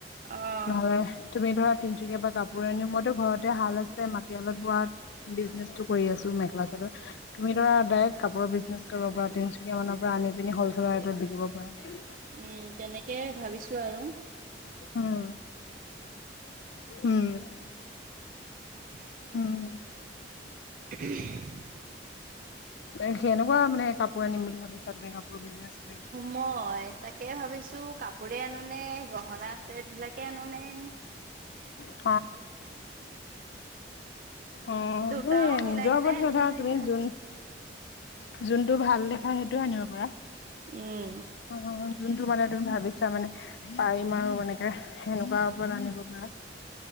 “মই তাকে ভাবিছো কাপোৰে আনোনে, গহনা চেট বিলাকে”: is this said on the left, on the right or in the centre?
Right